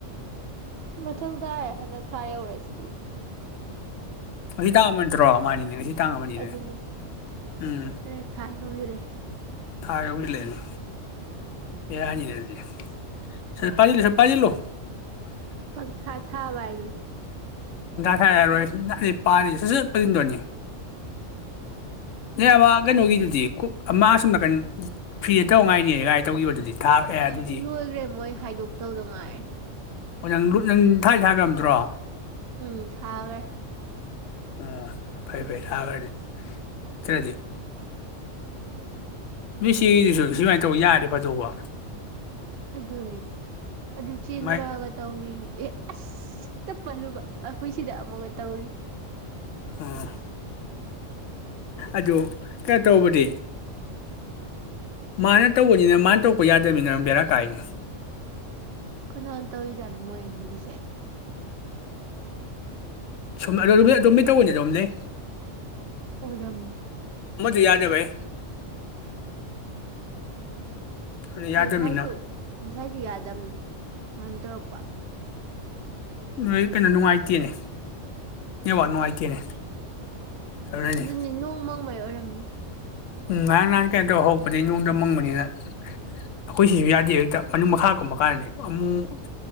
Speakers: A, on the right (about 60°); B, on the left (about 70°).
A: ꯃꯊꯪ ꯇꯥꯏ ꯍꯟꯗꯛ ꯊꯥ ꯌꯧꯔꯁꯤꯗꯤ
B: ꯉꯁꯤ ꯇꯥꯡ ꯑꯃ ꯅꯠꯇꯔꯣ ꯃꯥꯅꯤꯅꯦ ꯉꯁꯤ ꯇꯥꯡ ꯑꯃꯅꯤꯅꯦ
A: ꯑꯗꯨ ꯅꯦ ꯑ
B: ꯎꯝ
A: ꯊꯥꯏ ꯊꯖ ꯂꯩꯦ
B: ꯊꯥ ꯍꯧꯖꯤꯜꯂꯦꯅꯦ ꯕꯦꯔꯥꯅꯤꯅꯦ ꯑꯗꯨꯗꯤ ꯁꯠ ꯄꯥꯖꯤꯜꯂꯨ ꯁꯠ ꯄꯥꯖꯤꯜꯂꯨ
A: ꯄꯪꯊꯥ ꯊꯥꯕ ꯍꯥꯏꯗꯨꯅꯤ
B: ꯁ ꯌꯥꯔꯣꯏ ꯅꯥꯏ ꯄꯥꯅꯤ ꯁꯠ ꯁꯠ ꯄꯥꯁꯤꯟꯗꯧꯅꯤ ꯅꯣꯏ ꯑꯥ ꯀꯩꯅꯣꯒꯤꯗꯨꯗꯤ ꯀꯨꯛ ꯑꯃ ꯐꯔ꯭ ꯤ ꯗ ꯇꯧꯕ ꯉꯥꯏꯅꯤ ꯒꯥꯏ ꯇꯧꯈꯤꯕꯗꯨꯗꯤ ꯊꯥ ꯑꯦ ꯑꯗꯨꯗꯤ
A: ꯑꯗꯨ ꯂꯣꯏꯈ꯭ꯔꯦ ꯃꯣꯏ ꯍꯥꯏꯗꯣꯛꯇꯧꯗ ꯉꯥꯏꯔꯦ
B: ꯑꯣ ꯅꯪ ꯂꯨꯠ ꯅꯪ ꯊꯥꯗꯤ ꯊꯥꯈꯔ꯭ꯕ ꯅꯠꯇꯔꯣ
A: ꯎꯝ ꯊꯥꯈ꯭ꯔꯦ
B: ꯑꯣ ꯐꯩ ꯐꯩ ꯊꯥꯈ꯭ꯔꯗꯤ ꯅꯠꯇ꯭ꯔꯗꯤ ꯃꯤꯣꯏ ꯁꯤꯒꯤꯗꯨꯁꯨ ꯁꯨꯃꯥꯏꯅ ꯇꯧ ꯌꯥꯔꯦ ꯐꯗꯣꯛꯧꯕ
A: ꯑꯗꯨꯅꯦ ꯑꯗꯨ ꯆꯦꯟꯅꯔꯛꯑꯒ
B: ꯃꯥꯏ
A: ꯇꯧꯔꯤ ꯑꯦ ꯑꯁ ꯍꯦꯛꯇ ꯄꯜꯂꯨꯕ ꯑꯩꯈꯣꯏ ꯁꯤꯗ ꯑꯃꯒ ꯇꯧꯔꯤ
B: ꯑꯣ ꯑꯗꯨ ꯀꯩꯅꯣꯇꯧꯕꯗꯤ ꯃꯥꯅ ꯇꯧꯕꯅꯤꯅ ꯃꯥꯅ ꯇꯧꯄ ꯌꯥꯗꯕꯅꯤꯅ ꯕꯦꯔꯥ ꯀꯥꯏꯅꯦ
A: ꯀꯅꯥꯅ ꯇꯧꯔꯤꯖꯥꯠꯅꯣ ꯃꯣꯏ ꯑꯅꯤꯒꯤꯁꯦ
B: ꯁꯨꯝꯝ ꯑꯗꯨꯣꯝ ꯃꯤ ꯇꯧꯕꯅꯤ ꯑꯗꯣꯝ ꯂꯩ
A: ꯑꯣꯏꯔꯝꯅꯤ
B: ꯌꯥꯗꯕꯩ ꯑꯗꯨ
A: ꯉꯁꯥꯏꯁꯨ
B: ꯌꯥꯗꯕꯅꯤꯅ
A: ꯉꯁꯥꯏꯁꯨ ꯌꯥꯗꯕꯅꯤ ꯉꯍꯟ ꯇꯧꯔꯛꯄ
B: ꯅꯣꯏ ꯀꯩꯅꯣ ꯅꯨꯡꯉꯥꯏꯇꯦꯅꯦ ꯅꯦꯠꯋꯥꯥꯔꯀ ꯅꯨꯡꯉꯥꯏꯇꯦꯅꯦ ꯑꯗꯨꯅꯅꯤ
A: ꯑꯗꯨꯅꯤ ꯅꯣꯡꯃꯪ ꯍꯣꯏ ꯑꯣꯏꯔꯝꯅꯤ
B: ꯎ ꯉꯔꯥꯡ ꯉꯍꯥꯜ ꯀꯩꯅꯣ ꯇꯧꯕ ꯍꯧꯔꯛꯄꯗꯒꯤ ꯅꯣꯡ ꯃꯡꯕꯅꯤꯅ ꯑꯩꯈꯣꯏ ꯁꯤꯁꯨ ꯌꯥꯗꯦ ꯍꯦꯛꯇ ꯃꯅꯨꯡ ꯃꯈꯥ ꯀꯨꯝꯕ ꯀꯥꯟꯗꯗꯤ ꯑꯃꯨꯛ